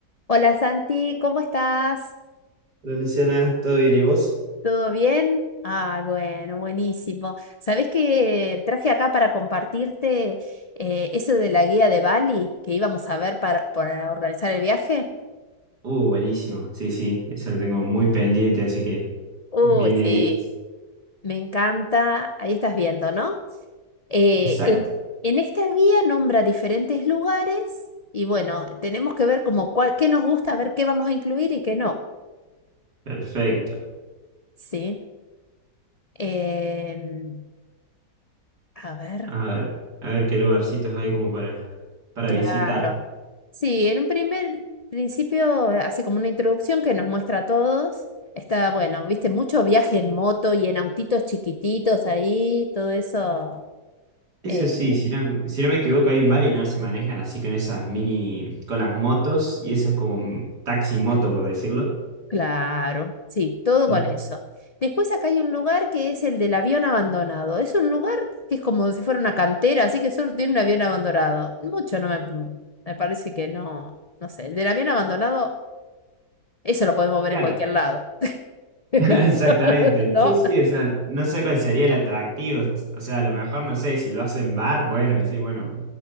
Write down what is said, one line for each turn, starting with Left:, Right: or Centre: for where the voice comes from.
Left: Hola Santi, ¿cómo estás?
Right: Hola Luciana, ¿todo bien y vos?
Left: ¿Todo bien? Ah, bueno, buenísimo. ¿Sabés que traje acá para compartirte eh, eso de la guía de Bali que íbamos a ver para, para organizar el viaje?
Right: Uh, buenísimo. Sí, sí, eso lo tengo muy pendiente, así que
Left: Uy,
Right: viene
Left: sí,
Right: 10.
Left: me encanta. Ahí estás viendo, ¿no? Eh,
Right: Exacto,
Left: en, en esta guía nombra diferentes lugares y bueno, tenemos que ver como cuál, qué nos gusta, a ver qué vamos a incluir y qué no.
Right: perfecto.
Left: Sí. Em, a ver.
Right: A ver, a ver qué lugarcitos hay como para, para
Left: Claro.
Right: visitar.
Left: Sí, en un primer principio hace como una introducción que nos muestra a todos. Está, bueno, viste, mucho viaje en moto y en autitos chiquititos ahí, todo eso.
Right: Eso
Left: eh,
Right: sí, si no, si no me equivoco, ahí en Bali no se manejan así con esas mini, con las motos y eso es como un taxi moto, por decirlo.
Left: claro, sí, todo
Right: Mm.
Left: con eso. Después acá hay un lugar que es el del avión abandonado. Es un lugar que es como si fuera una cantera, así que solo tiene un avión abandonado. Mucho no me, me parece que no, no sé. El del avión abandonado, eso lo podemos ver
Right: Claro.
Left: en cualquier lado.
Right: <laughs>
Left: <laughs>
Right: Exactamente.
Left: ¿No?
Right: Sí, sí, o sea, no sé cuál sería el atractivo. O sea, a lo mejor no sé, si lo hacen bar, bueno, decir, bueno.